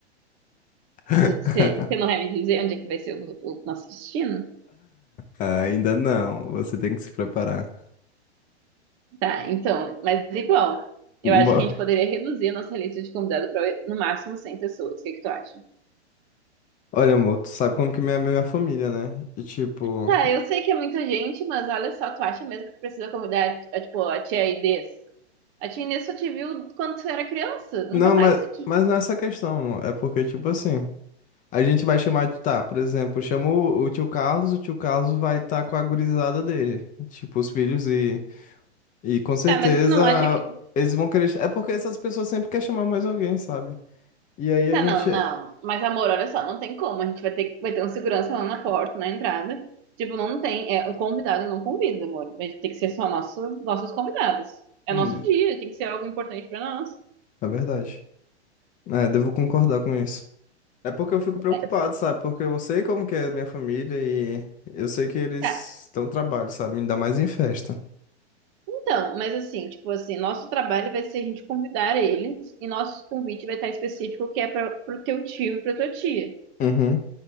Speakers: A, on the left (about 25°); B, on the right (about 35°).
A: <laughs>
B: Você, você não vai me dizer onde é que vai ser o, o nosso destino?
A: Ainda não. Você tem que se preparar.
B: Tá, então, mas igual, eu acho
A: Bo-
B: que a gente poderia reduzir a nossa lista de convidados para no máximo 100 pessoas. O que que tu acha?
A: Olha, amor, tu sabe como que minha, minha família, né? E tipo.
B: Tá, eu sei que é muita gente, mas olha só, tu acha mesmo que tu precisa convidar, a, tipo, a tia Inês? A tia Inês só te viu quando tu era criança, nunca
A: Não,
B: mais
A: mas,
B: se te...
A: mas não é essa questão, amor. É porque, tipo assim. A gente vai chamar de. Tá, por exemplo, chama o, o tio Carlos, o tio Carlos vai estar com a gurizada dele. Tipo, os filhos e. E com certeza
B: Tá, mas tu não acha que,
A: eles vão querer. É porque essas pessoas sempre querem chamar mais alguém, sabe? E aí
B: Tá,
A: a gente.
B: não, não. Mas, amor, olha só, não tem como. A gente vai ter, vai ter um segurança lá na porta, na entrada. Tipo, não tem. É, o convidado não convida, amor. A gente tem que ser só nosso, nossos convidados. É
A: Hum,
B: nosso dia, tem que ser algo importante pra nós.
A: é verdade. É, devo concordar com isso. É porque eu fico preocupado,
B: É.
A: sabe? Porque eu sei como que é minha família e eu sei que eles
B: Tá.
A: estão trabalho, sabe? Ainda mais em festa.
B: Então, mas assim, tipo assim, nosso trabalho vai ser a gente convidar eles e nosso convite vai estar específico que é pra, pro teu tio e pra tua tia.
A: Uhum.